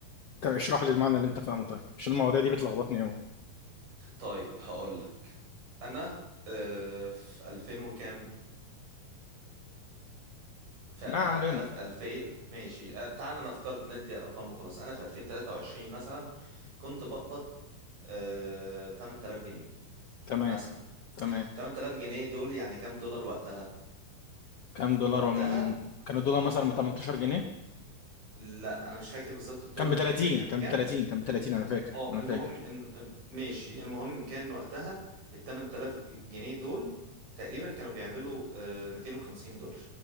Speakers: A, on the left (about 65°); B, on the right (about 75°).
A: انت اشرح لي المعنى اللي انت فاهمه طيب عشان المواضيع دي بتلخبطني قوي
B: طيب هقولك انا أه في 2000 وكام فانا
A: ما علينا
B: انا في 2000 ماشي أه، تعال نفترض ندي ارقام وخلاص انا في 2023 مثلا كنت بقبض آه 8000 جنيه
A: تمام
B: مثلا
A: تمام
B: 8000 جنيه دول يعني كام دولار وقتها
A: كام دولار
B: وقتها
A: أم... كان الدولار مثلا ب 18 جنيه
B: لا انا مش فاكر بالظبط الدولار
A: كان ب 30
B: ك- كان
A: كان
B: بكام
A: ب 30 كان ب 30 انا فاكر
B: اه
A: انا
B: المهم
A: فاكر
B: ان إن- ماشي المهم كان وقتها ال 8000 جنيه دول تقريبا كانوا بيعملوا آه 250 دولار